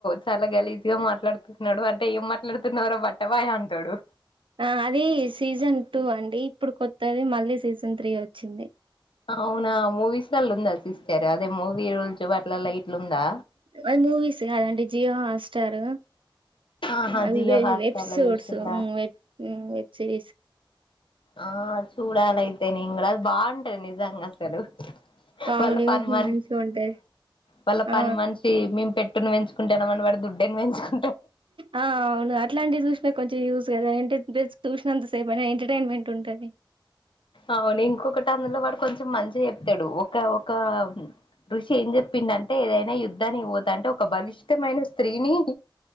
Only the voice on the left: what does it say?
చాల గలీజ్గా మాట్లాడుతున్నాడు అంటే ఏం మాట్లాడుతున్నావ్ర బట్టే ఎ అంటాడు
అవునా మూవీస్ లలో ఉందా సిస్టర్ అదే మూవీ రోజు అట్లలా ఇట్లుందా
ఆహా
జియో
హాట్స్టార్లో
చూసిండా
ఆ చూడాలయితే నేను కూడ అ బాగుంటది నిజంగా అసలు
వాళ్ళ పని మనిషి
వాళ్ళ
పని మనిషి మేం పె ట్టి పెంచుకుంటాంమం వాడు దుడ్డిని పెంచు
అవును ఇంకొకటి అందులో వాడు కొంచెం మంచిగ చెప్తాడు ఒక ఒక ఋషి ఏం చెప్పిండు అంటే ఏదైనా యుద్ధానికి పోతా అంటే ఒక బలిష్టమైన స్త్రీని